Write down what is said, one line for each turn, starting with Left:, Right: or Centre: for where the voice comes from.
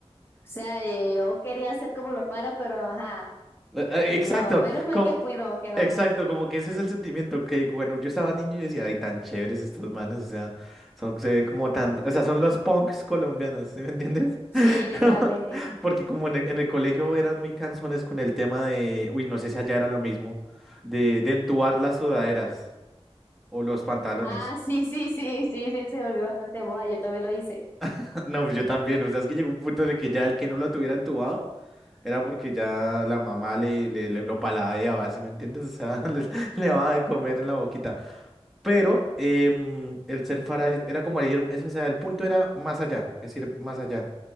Left: sea, eh, yo quería hacer como los para, pero ajá.
Centre: Eh, eh,
Left: No,
Centre: Exacto.
Left: menos mal
Centre: como-
Left: que fui, no, que no.
Centre: Exacto, como que ese es el sentimiento que bueno yo estaba niño y yo decía, ay, tan chéveres estos manes, o sea, son se ven como tan, o sea, son los punks colombianos, ¿sí me entiendes?
Left: Sí,
Centre: <laughs>
Left: literalmente.
Centre: Como- Porque como en el, en el colegio eran muy cansones con el tema de, uy, no sé si allá era lo mismo, de, de entubar las sudaderas o los pantalones.
Left: Ah, sí, sí, sí, sí, sí, se volvió bastante de moda, yo también lo hice.
Centre: <laughs> No, pues yo también, o sea, es que llegó un punto en el que ya el que no lo tuviera entubado era porque ya la mamá le, le, le- lo paladeaba, ¿sí me entiendes? O sea, <laughs> le, le daba de comer en la boquita. Pero em, el ser Faraday era como ir, eso, o sea, el punto era más allá, es decir, más allá.